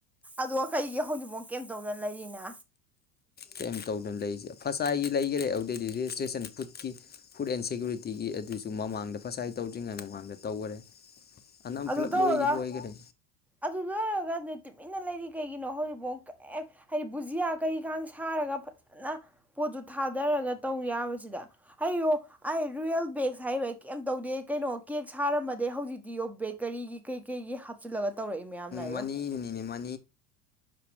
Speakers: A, in the centre; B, on the left.
A: ꯑꯗꯨ ꯑ ꯀꯩꯒꯤ ꯍꯧꯖꯤꯛꯐꯥꯎ ꯀꯩꯝꯇꯧꯗꯅ ꯂꯩꯔꯤꯅ
B: ꯀꯩꯝ ꯇꯧꯗꯅ ꯂꯩꯔꯤꯁꯦ ꯐꯁꯥꯏꯒꯤ ꯂꯩꯈꯔꯦ ꯑꯗꯨꯗꯩꯗꯤ ꯔꯦꯖꯤꯁꯇ꯭ꯔꯦꯁꯟ ꯐꯨꯗꯀꯤ ꯐꯨꯗ ꯑꯦꯟ ꯁꯦꯀꯨꯔꯤꯇꯤꯒꯤ ꯑꯗꯨꯁꯨ ꯃꯃꯥꯡꯗ ꯐꯁꯥꯏ ꯇꯧꯗ꯭ꯔꯤꯉꯩ ꯃꯃꯥꯡꯗ ꯇꯧꯈꯔꯦ ꯑꯅꯝ
A: ꯑꯗꯨ
B: ꯄꯨꯂꯞ
A: ꯇꯧꯔꯒ
B: ꯂꯣꯏ ꯂꯣꯏꯈꯔꯦ
A: ꯑꯗꯨ ꯂꯣꯏꯔꯒ ꯇꯨꯃꯤꯟꯅ ꯂꯩꯔꯤ ꯀꯩꯒꯤꯅꯣ ꯍꯧꯖꯤꯛꯐꯥꯎ ꯀꯩ ꯍꯥꯏꯗꯤ ꯕꯨꯖꯤꯌꯥ ꯀꯔꯤꯀ ꯁꯥꯔꯒ ꯐꯖꯅ ꯄꯣꯠꯇꯨ ꯊꯥꯗꯔꯒ ꯇꯧ ꯌꯥꯕꯁꯤꯗ ꯍꯥꯏꯌꯣ ꯑꯩ ꯔꯨꯌꯦꯜ ꯕꯦꯦꯛꯁ ꯍꯥꯏꯕ ꯀꯩꯝ ꯇꯧꯗꯦ ꯀꯩꯅꯣ ꯀꯦꯛ ꯁꯥꯔꯝꯃꯗꯦ ꯍꯧꯖꯤꯛꯇꯤꯌꯣ ꯕꯦꯒ ꯀꯔꯤꯒꯤ ꯀꯩ ꯀꯩꯒꯤ ꯍꯥꯞꯆꯤꯜꯂꯒ ꯇꯧꯔꯛꯏ ꯃꯌꯥꯝ ꯂꯥꯛꯑꯦ
B: ꯃꯅꯤꯔꯤꯅꯤꯅꯦ
A: ꯌꯣ
B: ꯃꯥ